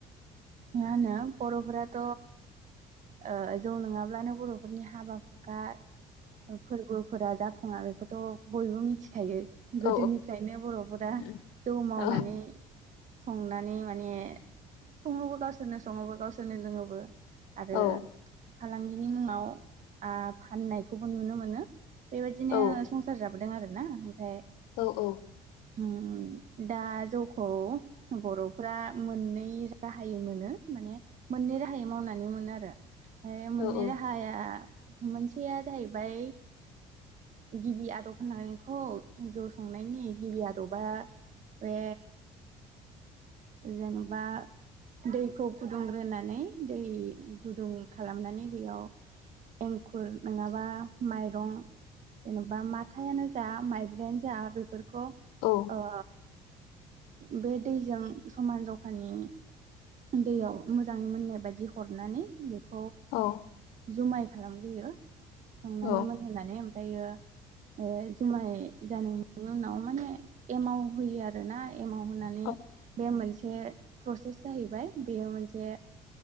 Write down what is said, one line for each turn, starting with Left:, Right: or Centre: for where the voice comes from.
Right: मा होनो बर'फोराथ ओ जौ नंङाब्लानो बर'फोरनि हाबा हुखा फोरबो फोर जाफुंङा बेखौथ' बयबो मिथिखायो गोदोनिफ्रायनो
Left: औ
Right: बरफोरा
Left: उम,
Right: जौ मावनानै
Left: औ
Right: संनानै माने संङोबो गावसोरनो संङोबो गावसोरनो लोंङोबो आरो
Left: औ
Right: फालांगिनि मुङाव आ फाननायखौबो नुनो मोनो बेबायदिनो
Left: औ
Right: संसार जाब हाबदों आर ना ओमफ्राय
Left: औ औ
Right: ओम ओम दा जौखौ बर'फ्रा मोननै राहायै मोनो माने मोननै राहायै मावना बे मोनो आरो बे
Left: औ
Right: मोननै
Left: औ
Right: राहाया मोनसेया जाहैबाय गिबि आदब होननानैखौ जौ सं संनायनि गिबि आदबा बे जेनेबा दैखौ फुदुंग्रोनानै दै गुदुं खालामनानै दैयाव एंखुर नङाबा माइरं जेन'बा माथायानो जा माइब्रानो जा बेफोरखौ खौ
Left: उम
Right: ओ बे दैजों समान जखानि दैयाव मोजाङै मोननाय बायदि हरनानै बेखौ
Left: औ
Right: जुमाय खालामगोयो। संनानै
Left: औ
Right: मोन होननानै ओमफ्र जुमाय जानाय बेनि उनाव माने एमाव होयो आरो ना एमाव होनानै
Left: औ
Right: बे मोनसे प्रसेस जाहैबाय बेयो मोनसे